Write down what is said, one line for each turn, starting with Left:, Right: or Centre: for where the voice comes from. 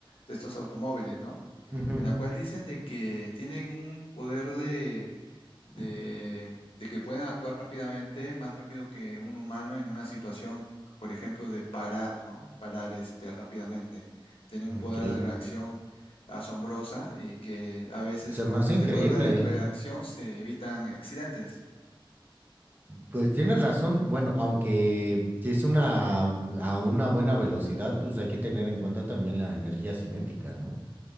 Left: de estos automóviles, ¿no?
Right: Ujú.
Left: En la cual dicen de que tienen un poder de, de, de que pueden actuar rápidamente, más rápido que un humano en una situación, por ejemplo, de parar, ¿no? Parar este, rápidamente. Tienen
Right: Ok.
Left: un poder de reacción asombrosa y que a veces
Right: Se
Left: con
Right: me hace
Left: este
Right: increíble.
Left: poder de reacción
Right: ¿eh?
Left: se evitan accidentes.
Right: Pues tienes razón. Bueno, aunque si es una mm, a una buena velocidad, pues hay que tener en cuenta también la energía cinética, ¿no?